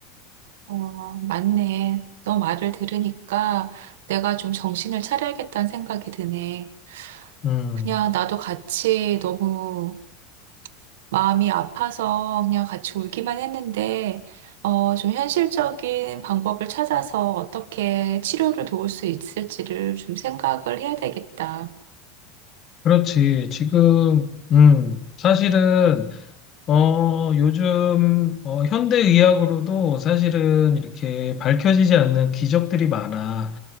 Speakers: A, on the right (about 85°); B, on the left (about 30°).
A: 어, 맞네. 너 말을 들으니까 내가 좀 정신을 차려야겠다는 생각이 드네.
B: 음,
A: 그냥 나도 같이 너무 마음이 아파서 그냥 같이 울기만 했는데, 어, 좀 현실적인 방법을 찾아서 어떻게 치료를 도울 수 있을지를 좀 생각을 해야 되겠다.
B: 그렇지. 지금, 음, 사실은 어, 요즘 어, 현대의학으로도 사실은 이렇게 밝혀지지 않는 기적들이 많아.